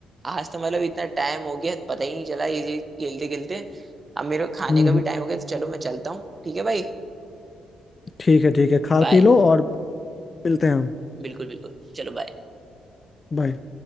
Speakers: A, on the right (about 30°); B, on the left (about 35°).
A: आज तो मतलब इतना टाइम हो गया पता ही नहीं चला ये खेलते खेलते अब मेरे को खाने
B: हम्म
A: का
B: हम्म,
A: भी टाइम हो गया तो चलो मैं चलता हूँ ठीक है भाई
B: ठीक है ठीक है खा
A: बाय
B: पी लो और मिलते हैं हम
A: बिल्कुल बिल्कुल चलो बाय
B: बाय